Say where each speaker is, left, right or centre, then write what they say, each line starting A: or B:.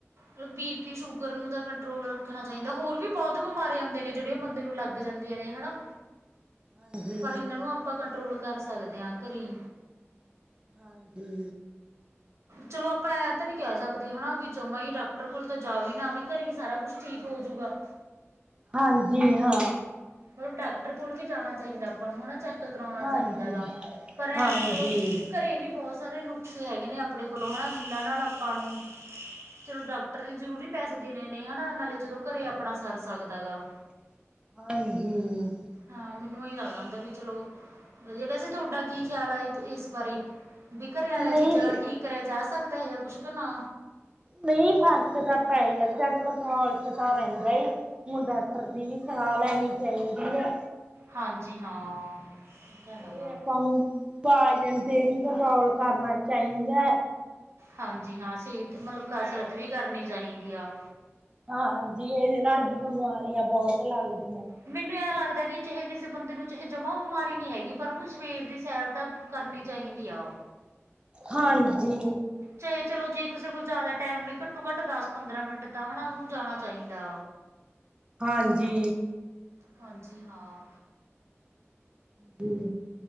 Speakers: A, on the right; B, on the right.
A: ਮਤਲਬ ਬੀ ਪੀ, ਸ਼ੂਗਰ ਨੂੰ ਦਾ ਕੰਟਰੋਲ ਰੱਖਣਾ ਚਾਈਦਾ, ਹੋਰ ਵੀ ਬਹੁਤ ਬਿਮਾਰੇ ਆਂਦੇ ਨੇ ਜੇਹੜੇ ਬੰਦੇ ਨੂੰ ਲੱਗ ਲੱਗ ਜਾਂਦੀਆਂ ਨੇ ਹੈਨਾ
B: ਹਾਂਜੀ
A: ਪਰ ਇੱਨਾਂ ਨੂੰ ਆਪਾਂ ਕੰਟਰੋਲ ਕਰ ਸਕਦੇ ਆਂ ਘਰੀ
B: ਹਾਂਜੀ।
A: ਚਲੋ ਆਪਾਂ ਐ ਤਾਂ ਨੀ ਕੈਹ ਸਕਦੇ ਹੈਨਾ ਵੀ ਜਮਾਂ ਹੀ ਡਾਕਟਰ ਕੋਲ ਤਾਂ ਜਾਵੇ ਨਾ ਵੀ ਘਰੇ ਈ ਸਾਰਾ ਕੁਛ ਠੀਕ ਹੋਜੂਗਾ।
B: ਹਾਂਜੀ ਹਾਂ।
A: ਮਤਲਬ ਡਾਕਟਰ ਕੋਲ ਵੀ ਜਾਣਾ ਚਾਹੀਦਾ ਆਪਾਂ ਨੂੰ ਚੈੱਕ ਕਰਾਉਣਾ
B: ਹਾਂਜੀ
A: ਚਾਹੀਦਾ ਗਾ ਪਰ ਐਂ
B: ਹਾਂਜੀ
A: ਚਲੋ ਘਰੇ ਵੀ ਬਹੁਤ ਸਾਰੇ ਨੁਕਸ਼ੇ ਹੈਗੇ ਨੇ ਆਪ ਆਪਣੇ ਕੋਲੋਂ ਹੈਨਾ, ਜਿੱਨਾਂ ਨਾਲ ਆਪਾਂ ਨੂੰ ਚਲੋ ਡਾਕਟਰ ਦੇ ਜ਼ਰੂਰੀ ਪੈਸੇ ਦੇਣੇ ਨੇ ਹੈਨਾ ਨਾਲੇ ਜਦੋਂ ਘਰੇ ਆਪਣਾ ਸਰ ਸਕਦਾ ਗਾ
B: ਹਾਂਜੀ।
A: ਹਾਂ ਮੈਨੂੰ ਏਹੀ ਲੱਗਦਾ ਹੁੰਦਾ ਵੀ ਚਲੋ ਵਧੀਆ ਵੈਸੇ ਤੁਹਾਡਾ ਕੀ ਖਆਲ ਐ ਇਸ ਚੀਜ ਬਾਰੇ ਵੀ ਘਰੇ ਆਲੀਆਂ
B: ਨਹੀਂ
A: ਚੀਜ਼ਾਂ ਨਾਲ ਠੀਕ ਕਰੇਆ ਜਾ ਸਕਦਾ ਹੇਗਾ ਕੁਛ ਕੇ ਨਾ
B: ਨਈ ਫ਼ਰਕ ਤਾਂ ਪੈਈ ਜਾਂਦੈ ਕੰਟਰੋਲ ਤਾ ਰੈਹੰਦਾ ਹੀ ਹੁਣ ਡਾਕਟਰ ਦੀ ਵੀ ਸਲਾਹ ਲੈਣੀ ਚਾਹੀਦੀ ਐ
A: ਹਾਂਜੀ ਹਾਂ ਇਹ ਤਾਂ
B: ਤੇ
A: ਹੈਗਾ
B: ਆਪਾਂ ਨੂੰ ਭਾਜਨ ਤੇ ਵੀ ਕੰਟਰੋਲ ਕਰਨਾ ਚਾਈਂਦੈ
A: ਹਾਂਜੀ ਹਾਂ ਸੇਹਤ ਮਤਲਬ ਕਸਰਤ ਵੀ ਕਰਨੀ ਚਾਹੀਦੀ ਆ
B: ਹਾਂਜੀ ਏਦੇ ਨਾਲ ਬਿਮਾਰੀਆਂ ਬਹੁਤ ਲੱਗਦੀ
A: ਮੈਨੂੰ ਐਂ ਲੱਗਦਾ ਵੀ ਚਾਹੇ ਕਿਸੇ ਬੰਦੇ ਨੂੰ ਚਾਹੇ ਜਮਾ ਬਿਮਾਰੀ ਨੀ ਹੈਗੀ ਪਰ ਓਨੂੰ ਸਵੇਰ ਦੀ ਸੈਰ ਤਾਂ ਕਰਨੀ ਚਾਹੀਦੀ ਆ
B: ਹਾਂਜੀ
A: ਚਾਹੇ ਚਲੋ ਜੇ ਕਿਸੇ ਕੋਲ ਜ਼ਿਆਦਾ ਟੈਮ ਨੀ ਘੱਟੋ-ਘੱਟ ਦਸ, ਪੰਦਰਾਂ ਮਿੰਟ ਤਾਂ ਹੈਨਾ ਉਹਨੂੰ ਜਾਣਾ ਚਾਈਦਾ।
B: ਹਾਂਜੀ
A: ਹਾਂਜੀ ਹਾਂ।
B: ਦੇ